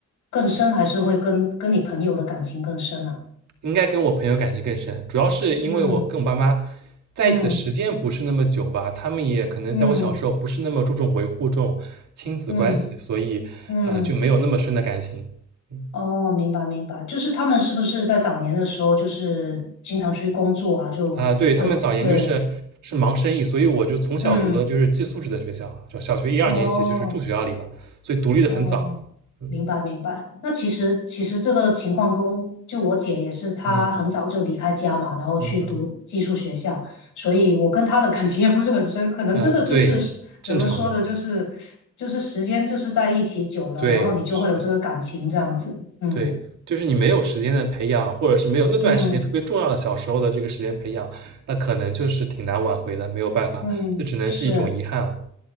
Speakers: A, on the left; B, on the right.
A: 更深，还是会跟跟你朋友的感情更深啊？
B: 应该跟我朋友感情更深，主要是因为我跟我爸妈
A: 嗯
B: 在一起的时间不是那么久吧，
A: 嗯
B: 他们也可能在我小时候不是那么注重维护这种亲子关系，
A: 嗯嗯
B: 所以呃就没有那么深的感情。
A: 嗯，
B: 嗯
A: 哦，明白明白，就是他们是不是在早年的时候，就是经常出去工作啊，就会对。
B: 啊，对，他们早年就是是忙生意，所以我就从小读的就是寄宿制的学校，
A: 嗯
B: 就小学一二年级就是住学校里了，
A: 哦
B: 所以独立的很早。
A: 哦，
B: 嗯
A: 明白明白。那其实其实这个情况跟就我姐也是，她很早就离开家嘛，
B: 嗯
A: 然后去读技术学校，
B: 嗯嗯
A: 所以我跟她的感情也不是很深，可能真的就是怎么说的，
B: 嗯，啊，对，正常的，
A: 就是就是时间就是在一起久了，
B: 对。
A: 然后你就会有这个感情这样子。
B: 是的。
A: 嗯
B: 对，就是你没有时间的培养，或者是没有那段时间特别重要的小时候的这个时间培养，
A: 嗯
B: 那可能就是挺难挽回的，没有办法，
A: 嗯，
B: 这只能是一种遗憾了。
A: 是。